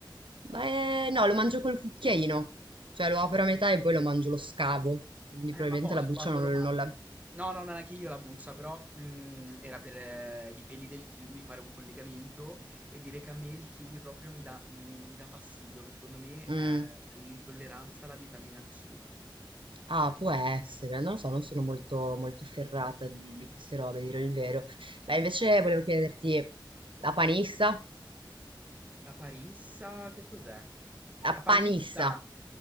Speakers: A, on the right; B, on the right.
A: Beh, no, lo mangio col cucchiaino, cioè lo apro a metà e poi lo mangio, lo scavo, quindi
B: eh
A: probabilmente
B: ma poi
A: la buccia
B: quando
A: non,
B: lo mangio
A: non la...
B: No, no, no, neanche io la buzza, però mm, era per eh, i peli del kiwi fare un collegamento e dire che a me il kiwi proprio mi dà, mm, mi dà fastidio, che secondo me
A: Mm.
B: è l'intolleranza alla vitamina C.
A: Ah, può essere, non lo so, non sono molto, molto ferrata di, di queste robe, a dire il vero. Beh, invece volevo chiederti, la panissa?
B: La parissa, che cos'è?
A: La
B: La panissa!
A: panissa,